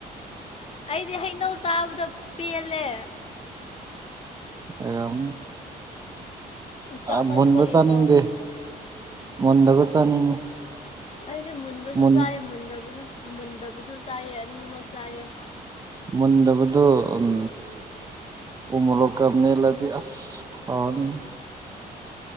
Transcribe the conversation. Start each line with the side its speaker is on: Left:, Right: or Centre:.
Left: ꯑꯩꯗꯤ ꯍꯩꯅꯧ ꯆꯥꯕꯗꯣ ꯄꯦꯜꯂꯦ꯫
Right: <unintelligible>
Left: ꯆꯥꯃꯟꯕꯒꯤꯀꯣ
Right: ꯑ ꯃꯨꯟꯕ ꯆꯥꯅꯤꯡꯗꯦ ꯃꯨꯟꯗꯕ ꯆꯥꯅꯤꯡꯉꯤ꯫
Left: ꯑꯩꯗꯤ ꯃꯨꯟꯕꯁꯨ
Right: ꯃꯨꯟ
Left: ꯆꯥꯏꯌꯦ ꯃꯨꯟꯗꯕꯁꯨ ꯃꯨꯟꯗꯕꯁꯨ ꯆꯥꯏꯌꯦ ꯑꯅꯤꯃꯛ ꯆꯥꯏꯌꯦ꯫
Right: ꯃꯨꯟꯗꯕꯗꯣ ꯎꯝ ꯎꯃꯣꯔꯣꯛꯀ ꯃꯦꯠꯂꯗꯤ ꯑꯁ ꯍꯥꯎꯔꯅꯤ